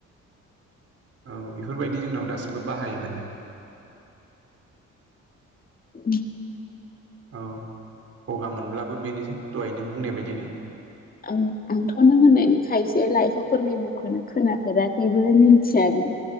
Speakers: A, on the right; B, on the left.
A: औ बेफोरबायदि जोंनाव दासिमबो बाहायो माने।
B: उम।
A: औ गगा मोनब्लाबो बेनोसै दहाय नों बुंनाय बायदिनो।
B: ओं आंथ' नों होननायनि खायसे लाइफांफोरनि मुंखौनो खोनाफेराखैबो मिथियाबो।